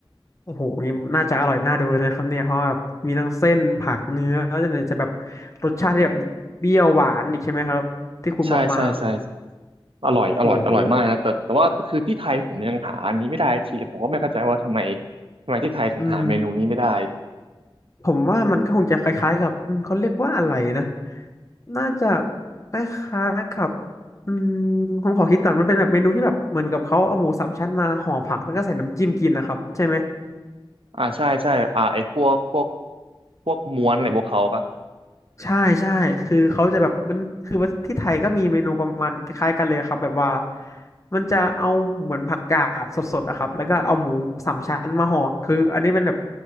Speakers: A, on the left; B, on the right.
A: โอ้โหนี่น่าจะอร่อยน่าดูเลยนะครับเนี่ยเพราะแบบมีทั้งเส้นผักเนื้อแล้วจะจะแบบรสชาติที่แบบเปรี้ยวหวานอีกใช่ไหมครับที่คุณบอกมา
B: ใช่ใช่ใช่อร่อยอร่อยอร่อยมากนะแต่แต่ว่าคือที่ไทยผมยังหาอันนี้ไม่ได้ทีเลยผมก็ไม่เข้าใจว่าทำไม
A: โอ้โห
B: ทำไมที่ไทยถึงหาเมนูนี้ไม่ได้
A: อืมผมว่ามันก็คงจะคล้ายๆกับอืมเขาเรียกว่าอะไรนะ น่าจะคล้ายๆกับ อืมผมขอคิดก่อนมันเป็นแบบเมนูที่แบบเหมือนกับเขาเอาหมูสามชั้นมาห่อผักแล้วก็ใส่น้ำจิ้มกินนะครับใช่ไหม
B: อ่าใช่ใช่อ่าไอ้พวกพวกพวกม้วนอะไรพวกเขาปะ
A: ใช่ใช่คือเขาจะแบบมันคือว่าที่ไทยก็มีเมนูประมาณคล้ายๆกันเลยครับแบบว่ามันจะเอาเหมือนผักกาดสดๆนะครับแล้วก็เอาหมูสามชั้นมาห่อคืออันนี้เป็นแบบ